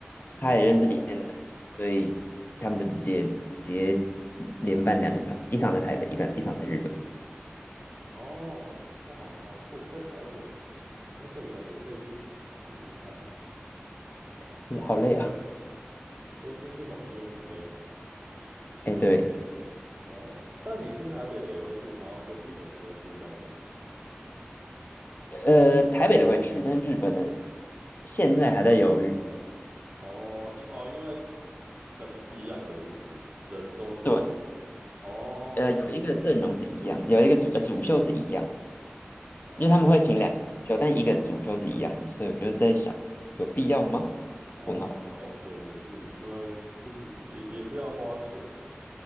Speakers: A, on the right; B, on the left.
A: 这么酷哦，
B: 他也认识里面的人，所以他们就直接直接连办两场，一场在台北，一办一场在日本，
A: 哦，哦，好好酷哦在台北，台北感觉可以去听听看。
B: <laughs> 好累啊
A: 说听这种音乐很累吗？
B: <laughs>、哎，对，
A: 哦，但你是台北的也会去，然后所以日本的也会去这样子吗？
B: 呃，台北的会去，但日本的现在还在犹豫。
A: 哦，因哦，因为可能是一样的，是不是？人都是一样的。
B: 对，
A: 哦
B: 呃，有一个阵容是一样，有一个主呃主秀是一样，
A: 哦，
B: 因为他们会请两个主修，
A: 那
B: 但一个主修是一样的，所以我就在想，有必要吗？
A: 哦好哦，
B: 问号，
A: 对，也是，因为去实也也是要花钱呢、